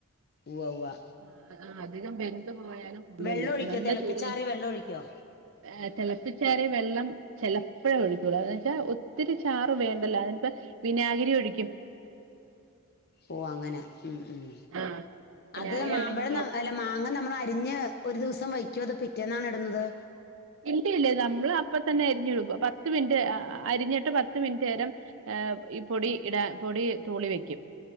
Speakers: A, on the left; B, on the right.
A: ഉവ്വ ഉവ്വ
B: ആ അധികം വെന്ത് പോയാലും കൊള്ളൂല്ലോ
A: വെള്ളം ഒഴിക്കോ
B: നല്ല
A: തിളപ്പിച്ചാറിയ
B: ചൂട്
A: വെള്ളം ഒഴിക്കോ?
B: ആഹ് തെളപ്പിച്ചാറിയ വെള്ളം ചെലപ്പഴെ ഒഴിക്കൊള്ളൂ അതെന്ന് വെച്ചാ ഒത്തിരി ചാറ് വേണ്ടല്ലോ അതെന്നെച്ചാ വിനാഗിരിയൊഴിക്കും
A: ഓ അങ്ങനെ ഉം ഉം
B: ആഹ് വിനാഗിരി
A: അത് മാമ്പഴം
B: ഒഴിക്കുമ്പോ
A: നന്നാ അല്ല മാങ്ങ നമ്മളരിഞ്ഞ് ഒരു ദിവസം വയ്ക്കോ അത് പിറ്റേന്നാണോയിടുന്നത്?
B: ഇല്ല ഇല്ല നമ്മള് അപ്പ തന്നെ അരിഞ്ഞു വെക്കും പത്ത് മിനിറ്റ് അരിഞ്ഞിട്ട് പത്ത് മിനിറ്റ് നേരം ഏഹ് ഈ പൊടിയിടാൻ പൊടി തൂളി വെക്കും